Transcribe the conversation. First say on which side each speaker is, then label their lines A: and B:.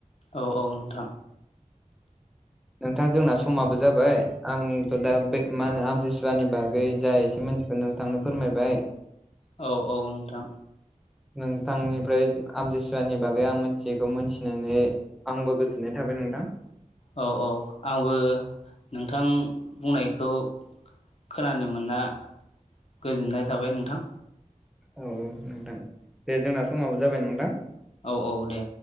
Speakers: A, on the left; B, in the centre.
A: औ औ नोंथां
B: नोंथां जोंना समाबो जाबाय आंथ' दा बे मा होनो आमथि सुवानि बागै जा एसे <unintelligible> नोंथांनो फोरमायबाय
A: औ औ नोंथां
B: नोंथांनिफ्राय आमथि सुवानि बागै आं मोनथियैखौ मोनथिनानै आंबो गोजोननाय था बाय नोंथां
A: औ औ आंबो नोंथां बुंनायखौ खोनानो मोनना गोजोननाय थाबाय नोंथां
B: औ नोंथां दे जोंना समाबो जाबाय नोंथां
A: औ औ दे